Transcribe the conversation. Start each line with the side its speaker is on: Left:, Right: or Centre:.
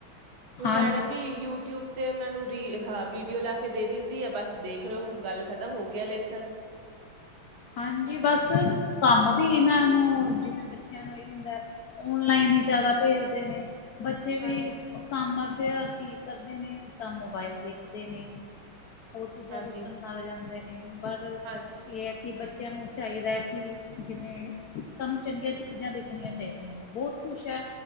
Right: ਹੁਣ
Left: ਹਾਂਜੀ।
Right: ਮੈਡਮ ਵੀ ਯੂਟਿਊਬ ਤੇ ਇਹਨਾਂ ਨੂੰ ਰੀ ਅਹ ਹਾਂ ਵੀਡੀਓ ਲਾ ਕੇ ਦੇ ਦਿੰਦੀ ਆ ਬਸ ਦੇਖ ਲੋ ਗੱਲ ਖ਼ਤਮ ਹੋ ਗਿਆ ਲੇਸਨ
Left: ਹਾਂਜੀ ਬਸ ਕੰਮ ਵੀ ਇਹਨਾਂ ਨੂੰ ਜਿਵੇਂ ਬੱਚਿਆਂ <unintelligible> ਹੁੰਦਾ ਔਨਲਾਈਨ ਹੀ ਜਿਆਦਾ ਭੇਜ਼ਦੇ ਨੇ ਬੱਚੇ ਵੀ
Right: ਹਾਂਜੀ,
Left: ਕੰਮ ਅੱਧਿਆ ਕੀ ਕਰਦੇ ਨੇ ਤਾਂ ਮੋਬਾਇਲ ਦੇਖਦੇ ਨੇ ਹੋਰ ਚੀਜ਼ਾਂ
Right: ਹਾਂਜੀ,
Left: ਦੇਖਣ <unintelligible> ਜਾਂਦੇ ਨੇ ਪਰ
Right: ਹਾਂਜੀ,
Left: ਇਹ ਕਿ ਬੱਚਿਆਂ ਨੂੰ ਚਾਹੀਦਾ ਹੈ ਕਿ ਜਿਵੇਂ ਸਾਨੂੰ ਚੰਗੀਆਂ ਚੀਜ਼ਾਂ ਦੇਖਣੀਆਂ ਚਾਹੀਦੀਆਂ ਨੇ ਬਹੁਤ ਖੁਸ਼ ਹੈ